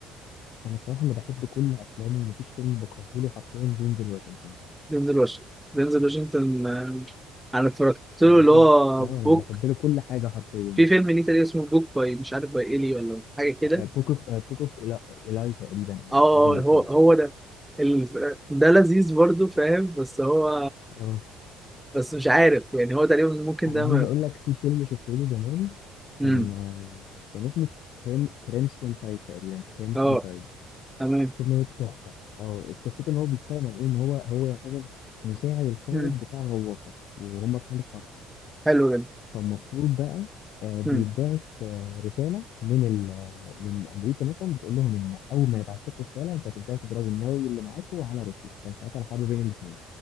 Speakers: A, on the left (about 70°); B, in the centre.
A: انا الصراحه اللي بحب كل افلامه ومفيش فيلم بكرهه له حرفيا دينزل واشنطن
B: دينزل واشنطن دينزل واشنطن آه، انا اتفرجت له
A: انا
B: اللي
A: بحب
B: هو
A: اه
B: بوك
A: انا بحب له كل حاجه حرفيا
B: في فيلم ليه تقريبا اسمه بوك باي مش عارف باي ايلي ولا حاجه كده
A: آه، بوك اوف آه، بوك اوف إلا- إيلاي تقريبا او
B: اه
A: حاجه زي
B: آه، هو
A: كده
B: هو ده ال- ده لذيذ برضه فاهم بس هو
A: اه
B: بس مش عارف يعني هو تقريبا ممكن
A: انا
B: ده
A: عايز
B: ما-
A: اقول لك في فيلم شفته له زمان كان
B: امم
A: آه، كان اسمه كريم كريمسون تايد تقريبا كريمسون
B: اه
A: تايد
B: تمام
A: فيلم تحفه اه قصته ان هو بيتكلم عن ايه ان هو هو يعتبر مساعد القائد
B: امم
A: بتاع غواصه وهم في حاله حرب
B: حلو جدا
A: فالمفروض بقى آه، بيتبعت
B: امم
A: آه، رساله من ال آه، من امريكا مثلا بتقول لهم ان اول ما نبعت لكم رساله انت هتبداوا تضربوا النووي اللي معاكم على روسيا كان ساعتها الحرب بين الاثنين